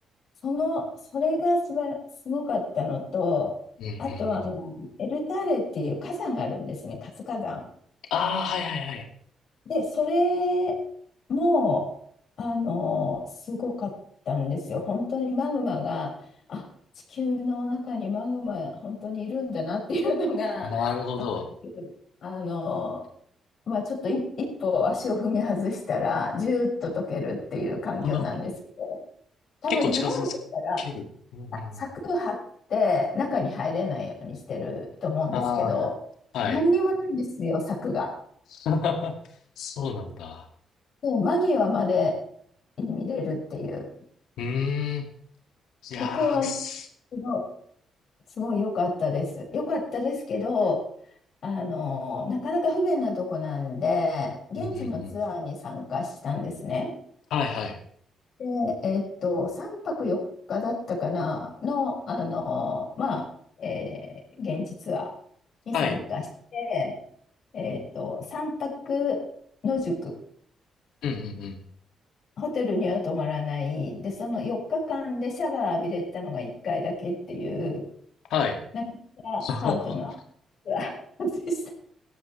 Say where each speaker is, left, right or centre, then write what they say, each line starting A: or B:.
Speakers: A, on the left (about 65°); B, on the left (about 85°).
A: その、それがすばら、すごかったのと、
B: うんうんうん。
A: あとあの、エルターレっていう火山があるんですね、活火山。
B: ああ、はいはいはい。
A: で、それも、あの、すごかったんですよ。本当にマグマが、あ、地球の中にマグマ、本当にいるんだなっていうのが、
B: なるほど。
A: わかるあの、まあ、ちょっと一一歩足を踏み外したら、ジューッと溶けるっていう環境なんですけど。
B: うん
A: 多分日本だったら
B: 結構近づける。うんうんうん、
A: あ柵張って中に入れないようにしてると思うんですけど、
B: ああ、はい。
A: 何にもないんですよ、柵が。
B: <laughs> そうなんだ。
A: でも間際まで見れるっていう。
B: うーん。いやーす。
A: そこはすごい、すごい良かったです。良かったですけど、あの、なかなか不便なとこなんで、現地のツアーに参加したんですね。
B: うんうんうん。はいはい。
A: で、えっと、3泊4日だったかなの、あの、まあ、えー現地ツアーに参加して、
B: はい。
A: えっと、3泊野宿、
B: うんうんうん。
A: ホテルには泊まらない、で、その4日間でシャワー浴びれたのが1回だけっていう、
B: はい。
A: なかなかハードな
B: <laughs>
A: ツアーでした。